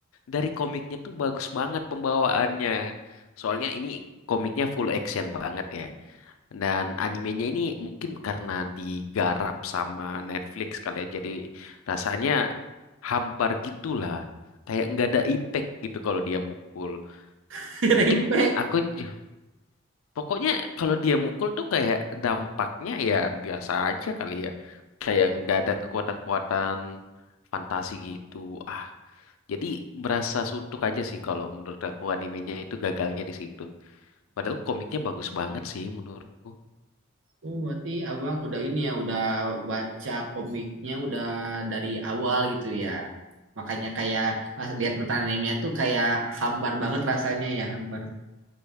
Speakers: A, on the left; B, on the right.
A: Dari komiknya tuh bagus banget pembawaannya. Soalnya ini komiknya full action banget ya. Dan animenya ini mungkin karena digarap sama Netflix kali ya, jadi rasanya hampar gitulah. Kayak nggak ada impact gitu kalau dia mukul.
B: <laughs>
A: Mungkin
B: impact
A: aku j- pokoknya kalau dia mukul tuh kayak dampaknya ya biasa aja kali ya. Kayak nggak ada kekuatan-kekuatan fantasi gitu. Ah, jadi berasa suntuk aja sih kalau menurut aku animenya itu gagalnya di situ. Padahal komiknya bagus banget sih menurutku.
B: oh berarti abang udah ini ya udah baca komiknya udah dari awal gitu ya makanya kayak pas lihat nonton animenya tuh kayak hambar banget rasanya ya hambar